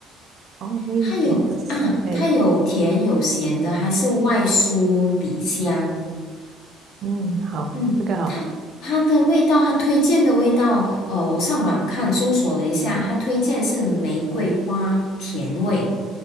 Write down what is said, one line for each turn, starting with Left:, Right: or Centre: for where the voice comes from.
Right: 哦，面饼啊，OK。
Left: 还有啊，它有甜有咸的，还是外酥里香。
Right: 嗯，好，
Left: 嗯，
Right: 这个好。
Left: 它它的味道，它推荐的味道，呃，我上网看搜索了一下，它推荐是玫瑰花甜味，